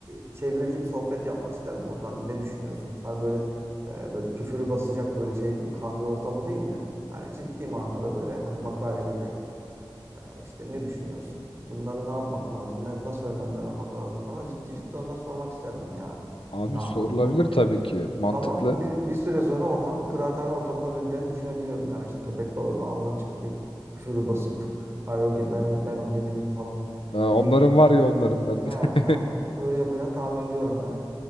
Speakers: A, on the right (about 30°); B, on the left (about 85°).
A: e, çevreci bir sohbet yapmak isterdim onlarla. Ne düşünüyorsunuz? Hani böyle e, böyle küfürü basacak böyle şey bir kahve ortamı değil de. Hani ciddi manada böyle hani makale gibi Ee, İşte ne düşünüyorsun? Bunları ne yapmak lazım? Ne, nasıl önlemler almak lazım falan. Ciddi ciddi onları sormak isterdim yani.
B: Abi
A: Ne yapalım
B: sorulabilir
A: falan
B: tabii
A: diye.
B: ki. Mantıklı.
A: Ama bir, bir süre sonra ortam kıraathane ortamına döneceğini düşünebiliyorum. Yani işte köpek balığı falan oradan çıkıp bir küfürü basıp Ay o ge- ben, ben o geminin falan
B: Ee, onların
A: diye.
B: var ya onların
A: <laughs>
B: ben.
A: He he.
B: <laughs>
A: Öyle yapacağını tahmin ediyorum yani.